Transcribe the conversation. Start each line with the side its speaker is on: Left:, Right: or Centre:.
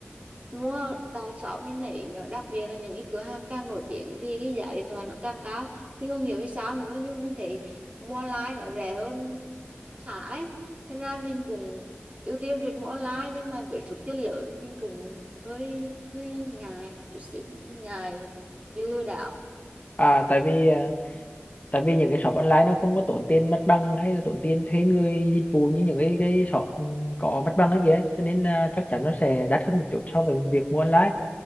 Right: Đúng rồi, tại shop mình thấy ờ, đặc biệt là những cái cửa hàng càng nổi tiếng thì cái giá điện thoại nó càng cao mình không hiểu vì sao nữa nhưng mà mình thấy mua online nó rẻ hơn khá khá ấy nên là mình cũng ưu tiên việc mua online nhưng mà với số tiền lớn thì mình cũng hơi hơi ngại chút xíu mình ngại bị lừa đảo
Left: à tại vì à, tại vì những cái shop online nó không có tốn tiền mặt bằng hay là tốn tiền thuê người dịch vụ như những cái cái shop ừ, có mặt bằng ấy kìa cho nên là chắc chắn nó sẽ đắt hơn một chút so với việc mua online